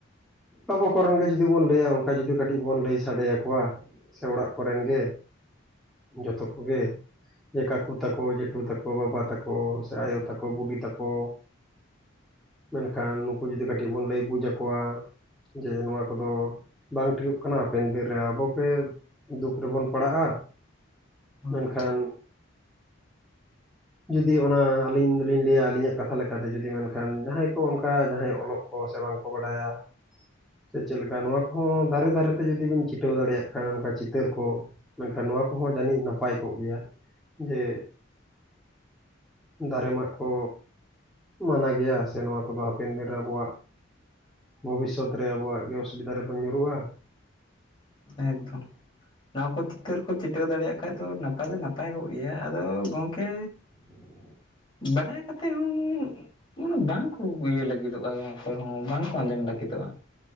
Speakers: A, in the centre; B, on the left.
A: ᱟᱵᱚ ᱠᱚᱨᱮᱱ ᱜᱮ ᱡᱩᱫᱤ ᱵᱚᱱ ᱞᱟᱹᱭᱟ᱾ ᱚᱱᱠᱟ ᱡᱩᱫᱤ ᱠᱟᱹᱴᱤᱡ ᱵᱚᱱ ᱞᱟᱹᱭ ᱥᱟᱰᱮᱭᱟᱠᱚᱣᱟ᱾ ᱥᱮ ᱚᱲᱟᱜ ᱠᱚᱨᱮᱱ ᱜᱮ ᱡᱚᱛᱚ ᱠᱚᱜᱮ᱾ ᱡᱮ ᱠᱟᱠᱩ ᱛᱟᱠᱚ, ᱡᱮᱴᱩ ᱛᱟᱠᱚ, ᱵᱟᱵᱟ ᱛᱟᱠᱚ ᱥᱮ ᱟᱭᱳ ᱛᱟᱠᱚ, ᱵᱩᱰᱤ ᱛᱟᱠᱚ᱾ ᱢᱮᱱᱠᱷᱟᱱ ᱱᱩᱠᱩ ᱡᱚᱫᱤ ᱠᱟᱹᱴᱤᱡ ᱵᱚᱱ ᱞᱟᱹᱭ ᱵᱩᱡ ᱟᱠᱚᱣᱟ᱾ ᱡᱮ ᱱᱚᱣᱟ ᱠᱚᱫᱚ ᱵᱟᱝ ᱴᱷᱤᱠᱚᱜ ᱠᱟᱱᱟ ᱦᱟᱯᱮᱱ ᱫᱤᱱ ᱨᱮ ᱟᱵᱚ ᱜᱮ ᱫᱩᱠ ᱨᱮᱵᱚᱱ ᱯᱟᱲᱟᱜᱼᱟ᱾
B: ᱦᱳᱭ
A: ᱢᱮᱱᱠᱷᱟᱱ ᱡᱩᱫᱤ ᱚᱱᱟ ᱟᱹᱞᱤᱧ ᱫᱚᱞᱤᱧ ᱞᱟᱹᱭᱟ ᱟᱹᱞᱤᱧᱟᱜ ᱠᱟᱛᱷᱟ ᱞᱮᱠᱟᱛᱮ ᱡᱩᱫᱤ ᱢᱮᱱᱠᱷᱟᱱ ᱡᱟᱦᱟᱸᱭ ᱠᱚ ᱚᱱᱠᱟ ᱡᱟᱦᱟᱸᱭ ᱚᱞᱚᱜ ᱠᱚ ᱥᱮ ᱵᱟᱝᱠᱚ ᱵᱟᱰᱟᱭᱟ᱾ ᱥᱮ ᱪᱮᱫ ᱞᱮᱠᱟ ᱱᱚᱣᱟ ᱠᱚᱦᱚᱸ ᱫᱟᱨᱮ ᱫᱟᱨᱮ ᱛᱮ ᱡᱩᱫᱤ ᱵᱤᱱ ᱪᱷᱤᱴᱟᱹᱣ ᱫᱟᱲᱮᱭᱟᱜ ᱠᱷᱟᱱ ᱚᱱᱠᱟ ᱪᱤ ᱛᱟᱹᱨ ᱠᱚ ᱢᱮᱱᱠᱷᱟᱱ ᱱᱚᱣᱟ ᱠᱚᱦᱚᱸ ᱡᱟᱹᱱᱤᱡ ᱱᱟᱯᱟᱭ ᱠᱚᱜ ᱜᱮᱭᱟ ᱡᱮ ᱫᱟᱨᱮ ᱢᱟᱜ ᱠᱚ ᱢᱟᱱᱟ ᱜᱮᱭᱟ ᱥᱮ ᱱᱚᱣᱟ ᱠᱚᱫᱚ ᱦᱟᱯᱮᱱ ᱫᱤᱱ ᱨᱮ ᱟᱵᱚᱣᱟᱜ ᱵᱷᱚᱵᱤᱥᱥᱚᱛ ᱨᱮ ᱟᱵᱚᱣᱟᱜ ᱜᱮ ᱚᱥᱩᱵᱤᱫᱟ ᱨᱮᱵᱚᱱ ᱧᱩᱨᱩᱜᱼᱟ᱾
B: ᱮᱠᱫᱚᱢ᱾ ᱱᱚᱣᱟ ᱠᱚ ᱪᱤᱛᱟᱹᱨ ᱠᱚ ᱪᱤᱴᱟᱹᱣ ᱫᱟᱲᱮᱭᱟᱜ ᱠᱷᱟᱡ ᱫᱚ ᱱᱟᱯᱟᱭ ᱫᱚ ᱱᱟᱯᱟᱭ ᱠᱚᱜ ᱜᱮᱭᱟ ᱟᱫᱚ ᱜᱚᱝᱠᱮ
A: <inaudible>
B: ᱵᱟᱰᱟᱭ ᱠᱟᱛᱮ ᱦᱚᱸ ᱱᱚᱣᱟ ᱵᱟᱝ ᱠᱚ ᱤᱭᱟᱹ ᱞᱟᱹᱜᱤᱫᱚᱜᱼᱟ ᱚᱠᱚᱭ ᱦᱚᱸ ᱵᱟᱝᱠᱚ ᱟᱸᱡᱚᱢ ᱞᱟᱹᱜᱤᱫᱚᱜᱼᱟ᱾